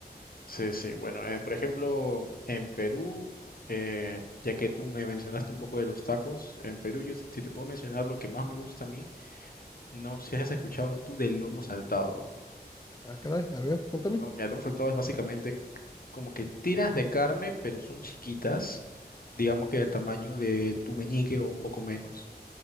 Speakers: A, on the left (about 60°); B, on the left (about 20°).
A: Sí, sí. Bueno, eh, por ejemplo, en Perú, eh, ya que tú me mencionaste un poco de los tacos, en Perú yo si te puedo mencionar lo que más me gusta a mí, no sé si has escuchado tú del lomo saltado.
B: Ah, caray, a ver, cuéntame.
A: Lo- Mira, el lomo saltado es básicamente como que tiras de carne, pero son chiquitas, digamos que del tamaño de tu meñique o un poco menos.